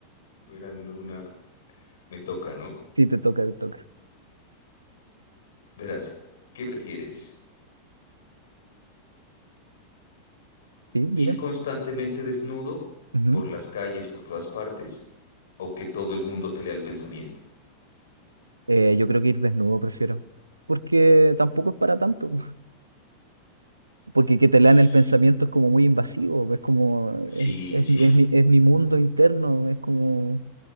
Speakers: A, on the left (about 60°); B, on the right (about 80°).
A: verás, no, una, me toca, ¿no?
B: Sí, te toca, te toca.
A: Verás, ¿qué prefieres?
B: Sí, dime.
A: ¿Ir constantemente desnudo
B: Ujú.
A: por las calles, por todas partes, o que todo el mundo te lea el pensamiento?
B: Eh, yo creo que ir desnudo prefiero. Porque tampoco es para tanto. Porque que te lean
A: Ij.
B: el pensamiento es como muy invasivo, es como,
A: Sí,
B: es, es
A: sí.
B: mi,
A: <laughs>
B: es mi- es mi mundo interno, es como,